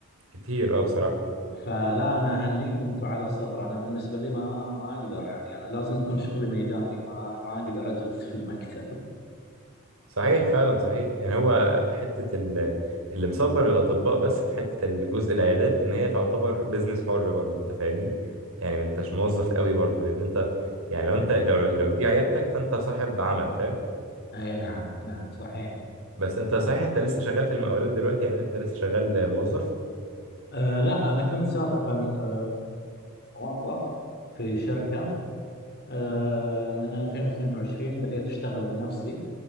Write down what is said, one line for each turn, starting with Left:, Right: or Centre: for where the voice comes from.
Right: كتير اه بصراحه
Left: فلا انا اهنيكم انتم على الصبر انا بالنسبه لي ما ما اقدر يعني انا لازم يكون شغلي ميداني ما ما اقدر اجلس في المكتب
Right: صحيح فعلا صحيح يعني هو حته ال- اللي مصبر الاطباء بس في حته الجزء العيادات ان هي تعتبر بيزنس حر برضه انت فاهمني يعني ما انتش موظف قوي برضه لان انت يعني لو انت لو, لو دي عيادتك فانت صاحب عمل فاهم
Left: <laughs> اي نعم نعم صحيح
Right: بس انت
Left: صحيح
Right: صحيح انت لسه شغال في المقاولات دلوقتي يعني انت لسه شغال موظف
Left: أه لا انا كنت سابقا في موظف في شركه آه، من 2022 بديت أشتغل لنفسي